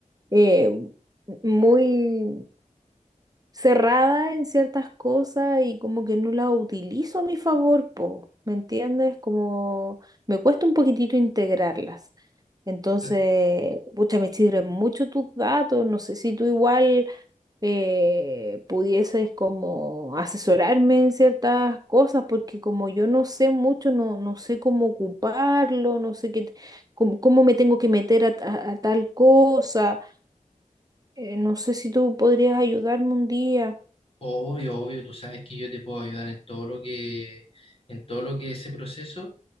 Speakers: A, on the right; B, on the left.
A: eh, muy cerrada en ciertas cosas y como que no la utilizo a mi favor, po, ¿me entiendes? Como me cuesta un poquitito integrarlas. Entonces,
B: Cla-
A: pucha, me sirven mucho tus datos, no sé si tú igual eh, pudieses como asesorarme en ciertas cosas, porque como yo no sé mucho, no, no sé cómo ocuparlo, no sé qué, te- cómo, cómo me tengo que meter a, ta- a tal cosa, eh, no sé si tú podrías ayudarme un día.
B: Obvio, obvio, tú sabes que yo te puedo ayudar en todo lo que, en todo lo que ese proceso.